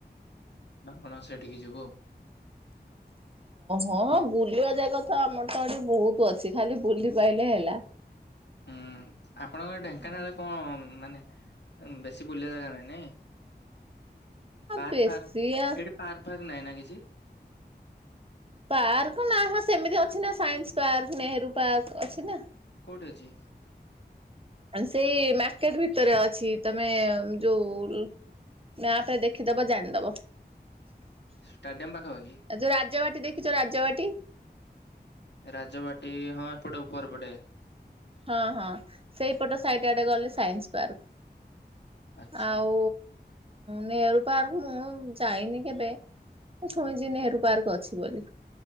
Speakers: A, on the left; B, on the right.
A: ନା କଣ ସେଠିକ ଯିବୁ ଆଉ।
B: ହଁ ବୁଲିବା ଜାଗା ତ ଆମର ତ ଏଠି ବହୁତ ଅଛି ଖାଲି ବୁଲି ପାଇଲେ ହେଲା।
A: ହୁଁ ଆପଣଙ୍କର ଢେଙ୍କାନାଳ
B: ହଁ
A: କଣ ମାନେ ବେଶୀ ବୁଲିବା ଜାଗା ନାଇଁ। ପାର୍କ
B: ବେଶୀ
A: ଫାର୍
B: ଆ
A: ଏଠି ପାର୍କ ଫାର୍କ ନହିଁ ନା କିଛି?
B: ପାର୍କ ନା ହ ସେମିତି ଅଛି ନା ସାଇନ୍ସ ପାର୍କ ନେହେରୁ ପାର୍କ ଅଛି ନା।
A: କୋଉଠି ଅଛି?
B: ସେଇ ମାର୍କେଟ ଭିତରେ ଅଛି ତମେ ଯୋଉ ମ୍ୟାପ ଦେଖିଦବ ଜାଣିଦବ। ଆଉ
A: ଷ୍ଟାଡିୟମ ପାଖାପାଖି
B: ଯୋଉ ରାଜବାଟୀ ଦେଖିଛ ରାଜବାଟୀ।
A: ରାଜବାଟୀ ହଁ ଏପଟେ ଉପର ପଡେ
B: ହଁ ହଁ ସେଇପଟ ସାଇଟ ଆଡେ ଗଲେ ସାଇନ୍ସ ପାର୍କ।
A: ଆଚ୍ଛା
B: ଆଉ ନେହେରୁ ପାର୍କ ମୁଁ ଯାଇନି କେବେ। ଛୁଣିଛି ନେହେରୁ ପାର୍କ ଅଛି ବୋଲି